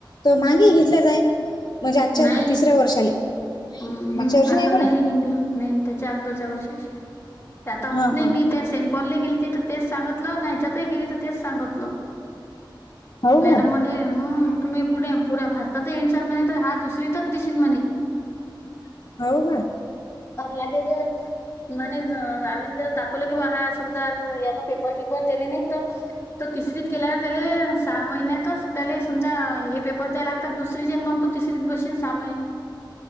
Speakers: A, on the left; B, on the left.
A: तर मागे घेतलं जाय म्हणजे आजच्या
B: नाही
A: तिसऱ्या वर्षाले.
B: हम्म
A: मागच्या
B: हम्म
A: वर्षी
B: आता
A: बरं
B: नाही निघलं नाही त्याच्या अगदच्या वर्षीष आता होत
A: हा
B: नाही
A: हा
B: मी, त्या सेंट पॉलला गेलीती तर तेच सांगतलं नाहीच्यात गेली. तेच सांगतल
A: हो
B: <inaudible> मॅडम
A: का
B: म्हणे तुम्ही कुठे पु्या भारतात इन्सान म्हण हात दुसरीतच दिशेन म्हणे, <inaudible>
A: हो का!
B: लागे ज म्ह आम्ही जर दाखवलं कि बा हा अस. ना पेपर किपर दिले नाही तर तर तिसरीत गेल्यावर त्याले सहा महिन्यातच त्याला समजा हे पेपर द्याय लागतात दुसरी जण मग तो तिसरी बन सा